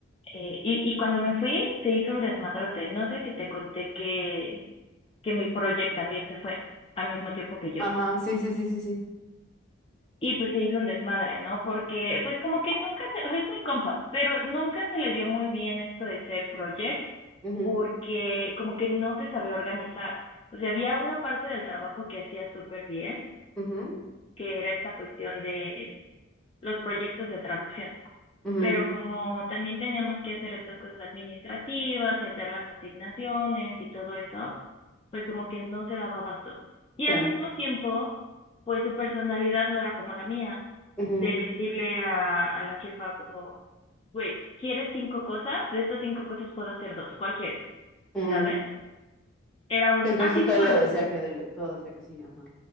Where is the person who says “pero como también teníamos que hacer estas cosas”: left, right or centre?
Left